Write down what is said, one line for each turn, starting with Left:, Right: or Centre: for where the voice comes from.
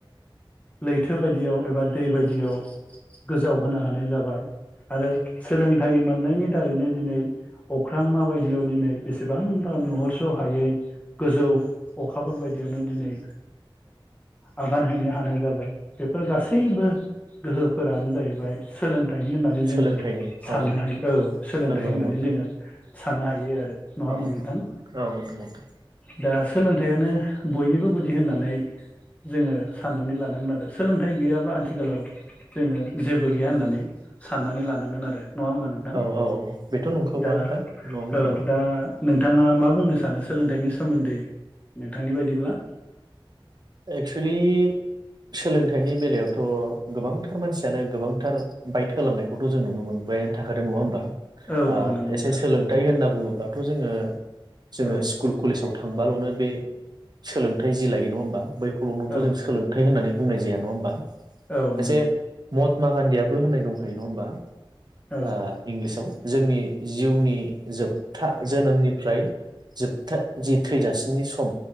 Left: लैथो बायदियाव एबा दै बायदियाव गोजाव होनो हानाय जाबाय आरो सोलोंथाइ मोननायनि दारैनो दिनै अख्रांमा बायदियाव दिनै बेसेबांबा नुहुरस हायै गोजौ अखाफोर बायदियावनो दिनै आगान हैनो हानाय जाबाय बेफोर गासैबो गोहोफोरानो जाहैबाय सोलों थाइनि होननानै जोङो
Right: सोलोंथाइनि
Left: साननो
Right: औ
Left: हायो औ सोलोंथाइ
Right: नंगौ
Left: होननानै
Right: नंगौ नोंथां
Left: जोङो साननो हायो आरो नङा होमबा
Right: औ
Left: नोंथां
Right: औ नंगौ नोंथां
Left: दा सोलोंथायानो बयनिबो गुदि होननानै जोङो साननानै लानांगोन आरो सोलोंथाइ गैयाब्ला आथिखालाव जोङो जेबो बो गैया होननानै साननानै लानांगोन आरो नङा होमबा नोंथां
Right: औ औ औ बेथ नंखागौ
Left: दा
Right: आनोखा नङा मोनदा
Left: औ दा नोंथाङा मा बुंनो सानो सोलोंथाइनि सोमोन्दै नोंथांनि बायदिब्ला
Right: एक्सलि सोलोंथाइनि बेलायावथ गोबांथार मानसियानो गोबांथार बाइट होलांनायखौथ जों नुनो मोनबायानो थाखादों नङा होमबा
Left: औ
Right: ओ
Left: औ नंगौ
Right: एसे
Left: नोंथां
Right: सोलोंथाइ होनना बुङो अब्लाथ जोङो जोङो
Left: औ
Right: स्कुल कलेजाव थांब्लालनो बे सोलोंथाइ जि लायो नङा ओमबा बै खौलथ
Left: औ
Right: जों सोलोंथाइ होननानै बुंनाय जाया नङा एसे
Left: औ नंगौ
Right: मत मा गान्दियाबो होनाय दंखायो नङा होमबा
Left: औ
Right: ओ इंलिसाव जोंनि जिउनि जोबथा जोनोमनिफ्राय जोबथा जि थैजासिमनि सम